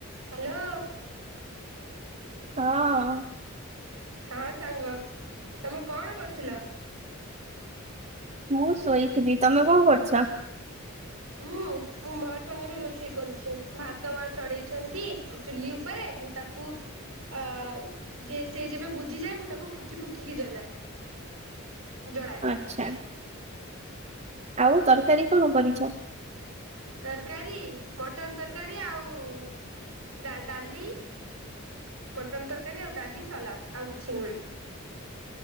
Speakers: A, on the right (about 70°); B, on the right (about 30°).
A: ହ୍ୟାଲୋ।
B: ହଁ।
A: ହଁ ସାଙ୍ଗ ତମେ କଣ କରୁଥିଲ?
B: ମୁଁ ଶୋଇଥିଲି ତମେ କଣ କରୁଛ?
A: ମୁଁ ମୋ ମା ସାଙ୍ଗରେ ରୋଷେଇ କରୁଛି ଭାତ ମା ଚଢେଇଛନ୍ତି ଚୁଲି ଉପରେ ମୁଁ ତା କୁ ଆ ଯେ ସେ ଯେବେ ବୁଝିଯାଏ ମୁଁ ତାକୁ ଫୁକି ଫୁକିକି ଜଲାଏ। ଜଳାଏ
B: ଆଚ୍ଛା। ଆଉ ତରକାରୀ କଣ କରିଛ?
A: ତରକାରୀ ମଟନ ତରକାରୀ ଆଉ ଡାଲି ମଟନ ତରକାରୀ ଆଉ ଡାଲି ସାଲାଦ ଆଉ କିଛି ନୁହେଁ।